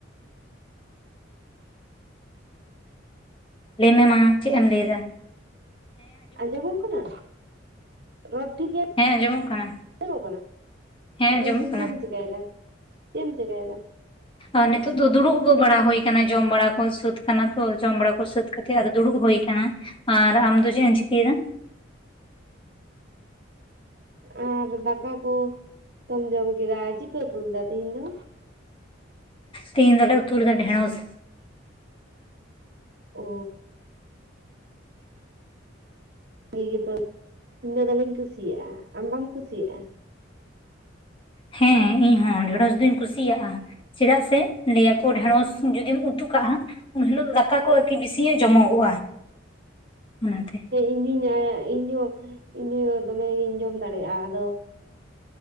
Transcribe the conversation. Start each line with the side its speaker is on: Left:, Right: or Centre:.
Left: ᱞᱟᱹᱭᱢᱮ ᱢᱟ ᱪᱮᱫ ᱮᱢ ᱞᱟᱹᱭᱮᱫᱟ
Right: ᱟᱸᱡᱚᱢᱚᱜ ᱠᱟᱱᱟ ᱨᱚᱲ ᱴᱷᱤᱠ ᱜᱮᱭᱟ
Left: ᱦᱮᱸ ᱟᱸᱡᱚᱢᱚᱜ ᱠᱟᱱᱟ
Right: ᱧᱚᱜ ᱠᱟᱱᱟ
Left: ᱦᱮᱸ
Right: ᱤᱱᱟᱹ
Left: ᱟᱸᱡᱚᱢᱚᱜ
Right: ᱢᱮᱱ
Left: ᱠᱟᱱᱟ
Right: ᱫᱤᱧ ᱪᱮᱫ ᱮᱢ ᱪᱮᱠᱟᱭᱮᱫᱟ ᱪᱮᱫ ᱮᱢ ᱪᱮᱠᱟᱭᱮᱫᱟ
Left: ᱟᱨ ᱱᱤᱛᱚᱜ ᱫᱚ ᱫᱩᱲᱩᱵ ᱵᱟᱲᱟ ᱦᱩᱭ ᱟᱠᱟᱱᱟ ᱡᱚᱢ ᱵᱟᱲᱟ ᱠᱚ ᱥᱟᱹᱛ ᱟᱠᱟᱱᱟ ᱛᱚ ᱡᱚᱢ ᱵᱟᱲᱟ ᱠᱚ ᱥᱟᱹᱛ ᱠᱟᱛᱮ ᱫᱩᱲᱩᱵ ᱦᱩᱭ ᱟᱠᱟᱱᱟ ᱟᱨ ᱟᱢ ᱫᱚ ᱪᱮᱫ ᱮᱢ ᱪᱤᱠᱟᱹᱭᱮᱫᱟ
Right: ᱟᱨ ᱫᱟᱠᱟ ᱠᱚᱢ ᱡᱚᱢ ᱠᱮᱫᱟ ᱪᱤᱯᱮ ᱩᱛᱩ ᱞᱮᱫᱟ ᱛᱮᱦᱤᱧ ᱫᱚ
Left: ᱛᱤᱱ ᱫᱚᱞᱟ ᱩᱛᱩ ᱞᱮᱫᱟ ᱰᱷᱮᱬᱚᱥ
Right: ᱚ ᱜᱮ ᱤᱧ ᱫᱚ ᱫᱚᱢᱮᱧ ᱠᱩᱥᱤᱭᱟᱜᱼᱟ ᱟᱢ ᱵᱟᱢ ᱠᱩᱥᱤᱭᱟᱜᱼᱟ
Left: ᱦᱮᱸ ᱤᱧ ᱦᱚᱸ ᱰᱷᱮᱲᱚᱥ ᱫᱩᱧ ᱠᱩᱥᱤᱭᱟᱜᱼᱟ᱾ ᱪᱮᱫᱟᱜ ᱥᱮ ᱞᱟᱹᱭᱟᱠᱚ ᱰᱷᱮᱸᱲᱚᱥ ᱡᱩᱫᱤᱢ ᱩᱛᱩ ᱠᱟᱜᱼᱟ ᱩᱱ ᱦᱤᱞᱳᱜ ᱫᱟᱠᱟ ᱠᱚ ᱟᱨᱠᱤ ᱵᱮᱥᱤᱧᱚᱜ ᱡᱚᱢᱚᱜᱼᱟ ᱚᱱᱟᱛᱮ
Right: ᱤᱧᱦᱚᱧ ᱟ ᱤᱧᱦᱚᱸ ᱤᱧᱦᱚ ᱫᱚᱢᱮᱜᱤᱧ ᱡᱚᱢ ᱫᱟᱲᱮᱭᱟᱜᱼᱟ ᱟᱫᱚ